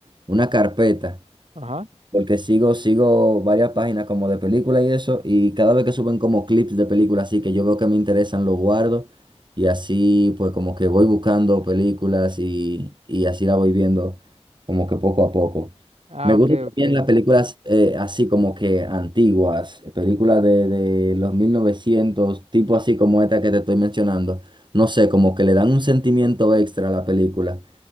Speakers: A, on the right; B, on the right.
A: una carpeta.
B: Ajá.
A: Porque sigo, sigo varias páginas como de películas y eso, y cada vez que suben como clips de películas así que yo veo que me interesan, los guardo, y así pues como que voy buscando películas y, y así la voy viendo como que poco a poco.
B: Ah,
A: Me
B: ok,
A: gustan también
B: ok. Eh,
A: las películas eh, así como que antiguas, películas de, de los 1900 tipo así como esta que te estoy mencionando. No sé, como que le dan un sentimiento extra a la película.